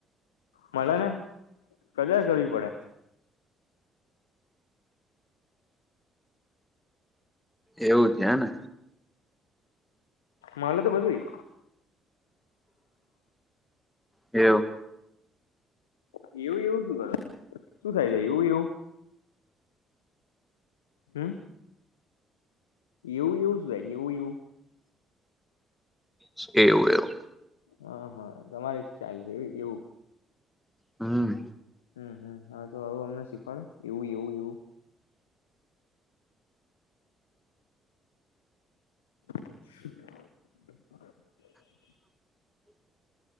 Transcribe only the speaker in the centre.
એવું છે એને
એવું.
શું કે એવું એવું.
હમ.
<inaudible>